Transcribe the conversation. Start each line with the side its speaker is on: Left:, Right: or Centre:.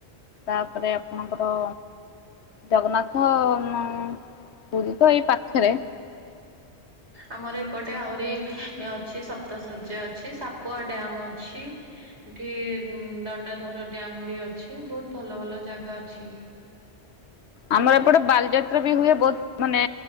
Left: ତାପରେ ଆପଣଙ୍କର ଜଗନ୍ନାଥ ମ ପୁରୀ ତ ଏଇ ପାଖେରେ।
Right: ଆମର ଏପଟେ ଆହୁରି ଅଛି ସପ୍ତଶଯ୍ୟା ଅଛି, ସାପୁଆ ଡ୍ୟାମ୍ ଅଛି। ଏଠି ଦଣ୍ଡାଧାର ଡ଼୍ୟାମ୍ ବି ଅଛି ବହୁତ୍ ଭଲ ଭଲ ଜାଗା ଅଛି।
Left: ଆମର ଏପଟେ ବାଲିଯାତ୍ରା ବି ହୁଏ ବହୁତ୍ ମାନେ